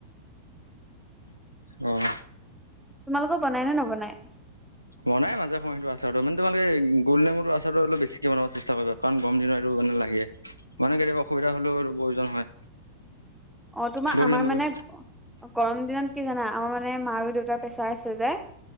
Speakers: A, on the left; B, in the centre.
A: অ',
B: তোমালোকৰ বনাই নে নবনাই?
A: বনাই মাজে সময় তোৰ সেইটো আচাৰটো মানে, তোমালোকে গোল নেমুটো আচাৰটো অলপ বেছিকে বনাব চেষ্টা কৰিবা। কাৰণ গৰম দিনত এইটো এনেও লাগে, মানে কেতিয়াবা অসুবিধা হ'লেও প্ৰয়োজন হয়।
B: অ', তোমাৰ
A: গোল
B: আমাৰ
A: নেমুটোৰ
B: মানে গৰম দিনত কি জানা, আমাৰ মানে মা আৰু দেউতাৰ প্ৰেছাৰ আছে যে।